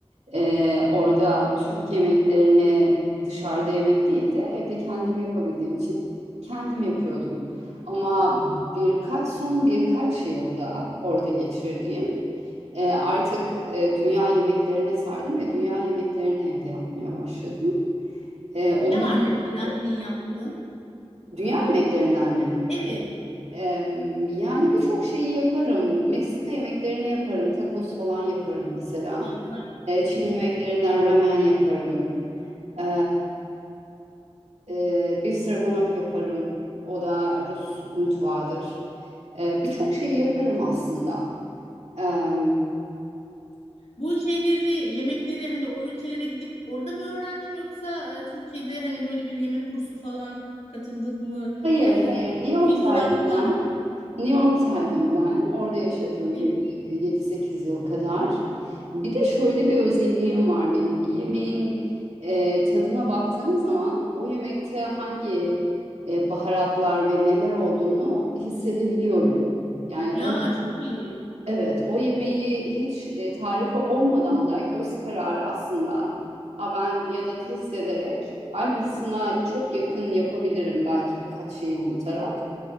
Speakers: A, on the right (about 90°); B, on the left (about 75°).
A: Ee, orada Türk yemeklerini dışarıda yemek değil de evde kendim yapabildiğim için kendim yapıyordum. Ama birkaç son birkaç yılda orada geçirdiğim e, artık e, dünya yemeklerine sardım ve dünya yemeklerini evde yapmaya başladım. E, onları
B: ne var mesela
A: da
B: en iyi yaptığın
A: Dünya yemeklerinden mi?
B: evet
A: Em, yani birçok şeyi yaparım. Meksika yemeklerini yaparım. Tacos falan yaparım mesela.
B: Aa, onlar çok
A: E,
B: güzel
A: Çin
B: oluyor.
A: yemeklerinden ramen yaparım. Ee, e, bir stroganoff yaparım. O da Rus mutfağıdır. Ee, birçok şeyi yaparım aslında. Ee,
B: Bu şeyleri, yemekleri hani o ülkelere gidip orada mı öğrendin yoksa e, Türkiye'de hani böyle bir yemek kursu falan katıldın mı?
A: hayır,
B: E,
A: hayır. New
B: yoksa
A: York'taydım
B: videolar falan
A: ben.
B: mı?
A: New York'taydım ben. Orada yaşadım
B: Evet.
A: 7-8 yıl kadar. Bir de şöyle bir özelliğim var benim. Bir yemeğin e, tadına baktığım zaman o yemekte hangi e, baharatlar ve neler olduğunu hissedebiliyorum. Yani
B: Ya
A: o
B: çok iyi.
A: Evet, o yemeği hiç e, tarifi olmadan da göz kararı aslında "Aa, ben ya da test ederek aynısına çok yakın yapabilirim belki birkaç şeyi unutarak.